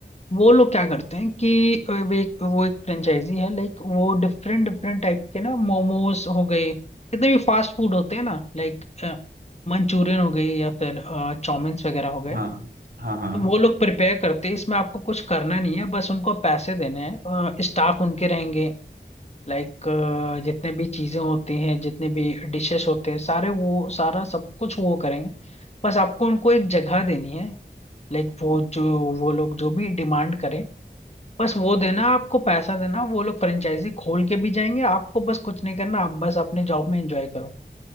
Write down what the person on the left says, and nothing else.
वो लोग क्या करते हैं कि अ, वो एक वो एक फ्रेंचाइजी है लाइक वो डिफरेंट डिफरेंट टाइप के ना मोमोज हो गए कितने भी फास्ट फूड होते हैं ना लाइक मंचूरियन हो गए या फिर चाउमीन्स वगैरह हो गए
तो वो लोग प्रिपेयर करते हैं इसमें आपको कुछ करना नहीं है बस उनको पैसे देने हैं स्टाफ उनके रहेंगे लाइक जितने भी चीजें होती हैं जितने भी डिशेस होते हैं सारे वो सारा सब कुछ वो करेंगे बस आपको उनको एक जगह देनी है लाइक वो जो वो लोग जो भी डिमांड करें बस वो देना आपको पैसा देना वो लोग फ्रेंचाइजी खोल के भी जाएंगे आपको बस कुछ नहीं करना आप बस अपने जॉब में एंजॉय करो